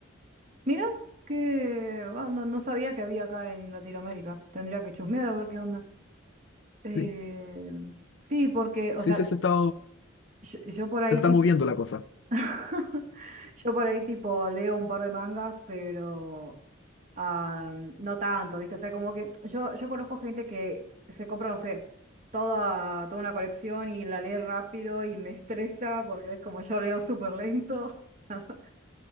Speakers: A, on the right; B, on the left.
A: Mira, que ah, no, no sabía que había acá en Latinoamérica. Tendría que chusmear a ver qué onda. Eh,
B: Sí,
A: sí, porque,
B: sí,
A: o sea,
B: sí, se está,
A: yo, yo por ahí
B: se está moviendo la cosa.
A: <laughs> Yo por ahí tipo leo un par de mangas, pero ah, no tanto, ¿viste? O sea, como que yo, yo conozco gente que se compra, no sé, toda, toda una colección y la lee rápido y me <laughs> estresa porque es como yo leo súper lento. <laughs>